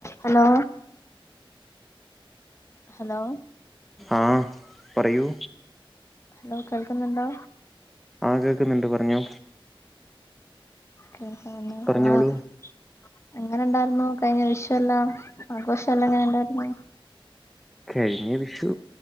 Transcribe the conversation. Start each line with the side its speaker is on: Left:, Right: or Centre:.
Left: <inaudible> ഹലോ ഹലോ
Centre: ആ പറയൂ
Left: ഹലോ കേൾക്കുന്നുണ്ടോ?
Centre: ആ കേൾക്കുന്നുണ്ട് പറഞ്ഞോ
Left: <unintelligible>
Centre: പറഞ്ഞോളൂ
Left: ആഹ് എങ്ങനെ ഇണ്ടാർന്നു കഴിഞ്ഞ വിഷുവെല്ലാം ആഘോഷം എല്ലാം എങ്ങനെ ഇണ്ടായിരുന്നു?
Centre: കഴിഞ്ഞ വിഷു